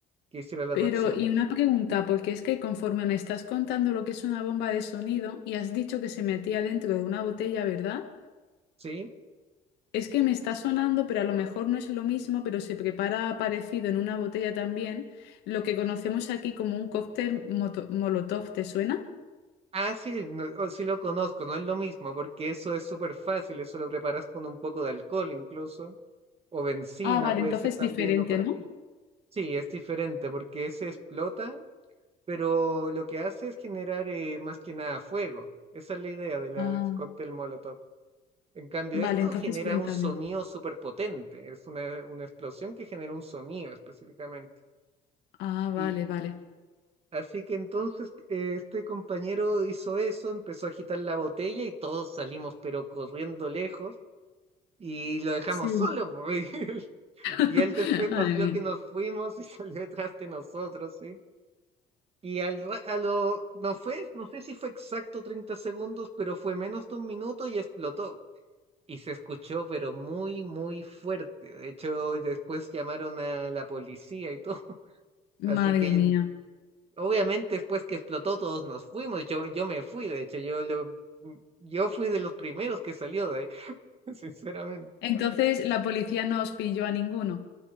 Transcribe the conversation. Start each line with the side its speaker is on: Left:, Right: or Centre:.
Right: que hiciera la
Left: Pero,
Right: reacción.
Left: y una pregunta, porque es que conforme me estás contando lo que es una bomba de sonido y has dicho que se metía dentro de una botella, ¿verdad?
Right: ¿Sí?
Left: Es que me está sonando, pero a lo mejor no es lo mismo, pero se prepara parecido en una botella también, lo que conocemos aquí como un cóctel moto- molotov, ¿te suena?
Right: Ah, sí, no, oh, sí lo conozco, no es lo mismo porque eso es súper fácil, eso lo preparas con un poco de alcohol incluso, o benzina
Left: Ah, vale,
Right: puede
Left: Correcto,
Right: ser
Left: entonces
Right: también,
Left: diferente,
Right: o parafina.
Left: ¿no?
Right: Sí, es diferente porque ese explota, pero lo que hace es generar eh, más que nada fuego. Esa es la idea del
Left: Ah,
Right: cóctel Molotov. En cambio,
Left: vale,
Right: esto
Left: entonces
Right: genera
Left: cuéntame.
Right: un sonido súper potente, es una, una explosión que genera un sonido específicamente.
Left: Ah, vale,
Right: Y
Left: vale.
Right: así que entonces eh, este compañero hizo eso, empezó a agitar la botella y todos salimos pero corriendo lejos y lo dejamos
Left: Sí.
Right: solo. po, <laughs> Y él,
Left: <laughs>
Right: y él después nos
Left: Madre
Right: vio
Left: mía.
Right: que nos fuimos y <laughs> salió detrás de nosotros, ¿sí? Y al, ra- a lo, no fue, no sé si fue exacto 30 segundos, pero fue menos de un minuto y explotó. y se escuchó, pero muy, muy fuerte. De hecho, después llamaron a la policía y todo. <laughs> Así
Left: Madre
Right: que
Left: mía.
Right: mm, obviamente después que explotó todos nos fuimos. Yo, yo me fui, de hecho, yo lo, mm, yo fui de los primeros que salió de ahí, <laughs> sinceramente.
Left: Entonces la policía no os pilló a ninguno.